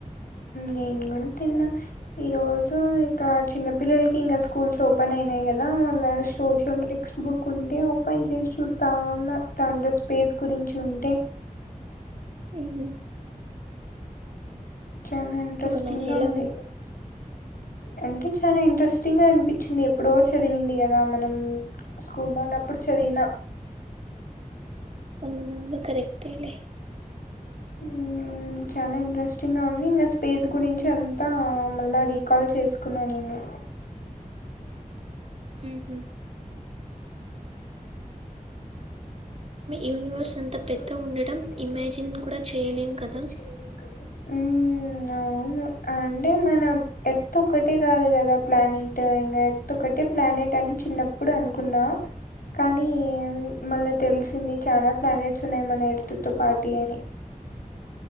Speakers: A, on the left (about 85°); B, on the right (about 45°).
A: నేను కూడా తిన్న ఈ రోజు ఇక చిన్న పిల్లలకి ఇంకా స్కూల్స్ ఓపెన్ అయినాయి కదా మళ్ళ సోషల్ టెక్స్ట్ బుక్ ఉంటే ఓపెన్ చేసి చూస్తా ఉన్న దాంట్లో స్పేస్ గురించి ఉంటే
B: ఉ హు
A: చాలా ఇంట్రెస్టింగ్
B: అవునా
A: గా
B: ఎలా
A: ఉంది అంటే చాలా ఇంట్రెస్టింగ్ గా అనిపించింది ఎప్పుడో చదివింది కదా మనం స్కూల్లో ఉన్నప్పుడు చదివిన
B: అవునవును కరెక్టేలే
A: ఉ చాలా ఇంట్రెస్టింగ్గా ఉంది ఇంగ స్పేస్ గురించి అంత మత్త మళ్ళా రీకాల్ చేసుకున్నా నేను
B: ఉ హు
A: నిజమే
B: యూనివర్స్
A: ఇంగ్రోన్స్
B: అంత పెద్ద
A: అంత
B: ఉండడం
A: పెద్ద
B: ఇమాజిన్
A: ఉండడం
B: కూడా
A: ఇమేజిన్
B: చేయలేం కదా
A: కూడా చేయలేం కదా ఉ అవును అంటే మనం ఎత్తు ఒకటే కాదు కదా ప్లానెట్ ఇంకా ఎత్తు ఒకటే ప్లానెట్ అని చిన్నప్పుడు అనుకున్న కానీ మల్ల తెలిసింది చాలా ప్లానెట్స్ ఉన్నాయి మన ఎడుతుతో పార్టీ అని